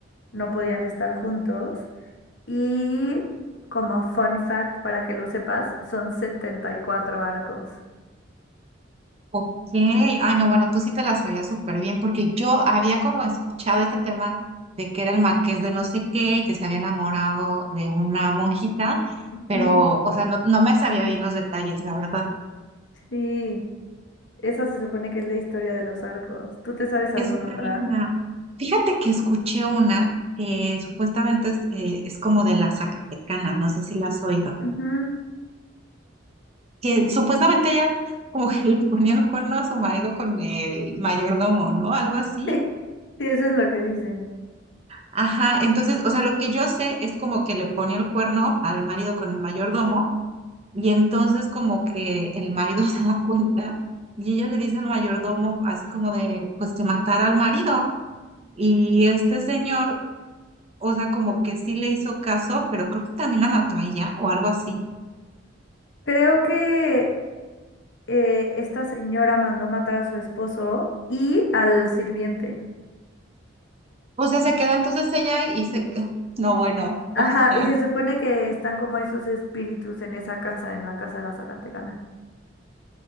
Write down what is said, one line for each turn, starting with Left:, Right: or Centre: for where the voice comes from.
Left: no podían estar juntos y como fun fact para que lo sepas son 74 arcos.
Right: Ok. Ay, no, bueno, tú sí te la sabías súper bien, porque yo había como escuchado este tema de que era el marqués de no sé qué y que se había enamorado de una monjita,
Left: Ujú,
Right: pero, o sea, no, no me sabía bien los detalles, la verdad.
Left: Sí, esa se supone que es la historia de los arcos. ¿Tú te sabes
Right: Esta
Left: alguna otra?
Right: linda. Fíjate que escuché una que supuestamente es, eh, es como de la Zacatecana, no sé si la has oído.
Left: Ujú.
Right: que supuestamente ella como que <laughs> le ponía el cuerno a su marido con el mayordomo, ¿no? Algo así.
Left: <laughs> Sí, eso es lo que dicen.
Right: Ajá, entonces, o sea, lo que yo sé es como que le ponía el cuerno al marido con el mayordomo y entonces como que el marido <laughs> se da cuenta y ella le dice al mayordomo así como de, pues que matara al marido y este señor, o sea, como que sí le hizo caso, pero creo que también la mató a ella o algo así.
Left: Creo que eh, esta señora mandó matar a su esposo y al sirviente.
Right: O sea, se quedó entonces ella y se... <laughs> No, bueno, o
Left: Ajá,
Right: sea.
Left: y se supone que están como esos espíritus en esa casa, en la casa de la Zacatecana.